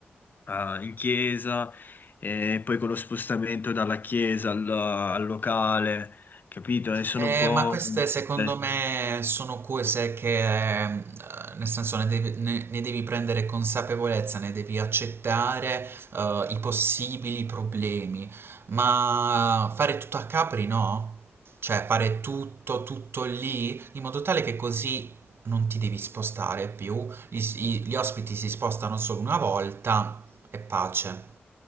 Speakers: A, on the left (about 50°); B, on the right (about 70°).
A: eh, in chiesa e poi con lo spostamento dalla chiesa al, al locale, capito? E sono
B: Eh,
A: un po'...
B: ma queste secondo
A: eh,
B: me sono cose che, ehm, eh, nel senso, ne devi, ne- ne devi prendere consapevolezza, ne devi accettare, eh, i possibili problemi, ma fare tutto a capri no? Cioè fare tutto, tutto lì, in modo tale che così non ti devi spostare più, gli, s- i- gli ospiti si spostano solo una volta e pace.